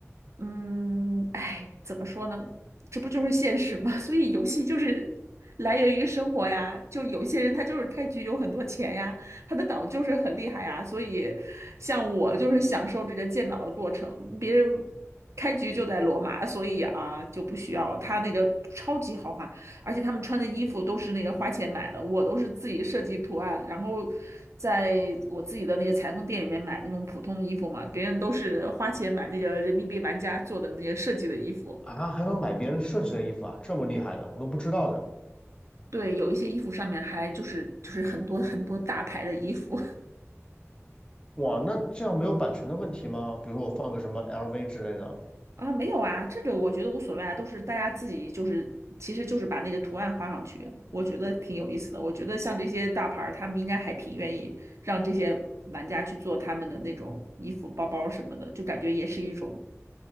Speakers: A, on the right (about 65°); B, on the left (about 20°).
A: 嗯，哎，怎么说呢？这不就是现实吗？<laughs> 所以游戏就是来源于生活呀。就有些人他就是开局有很多钱呀，他的岛就是很厉害呀。所以，像我就是享受这个建岛的过程。别人开局就在罗马，所以啊就不需要了。他那个超级豪华。而且他们穿的衣服都是那个花钱买的，我都是自己设计图案，然后在我自己的那个裁缝店里面买那种普通的衣服嘛，别人都是花钱买那个人民币玩家做的那些设计的衣服。
B: 啊，还能买别人设计的衣服啊，这么厉害呢，我都不知道的。
A: 对，有一些衣服上面还就是就是很多很多大牌的衣服，
B: 哇，那这样没有版权的问题吗？比如说我放个什么 LV 之类的。
A: 啊，没有啊，这个我觉得无所谓啊，都是大家自己就是，其实就是把那个图案画上去，我觉得挺有意思的。我觉得像这些大牌儿，他们应该还挺愿意让这些玩家去做他们的那种衣服、包包什么的，就感觉也是一种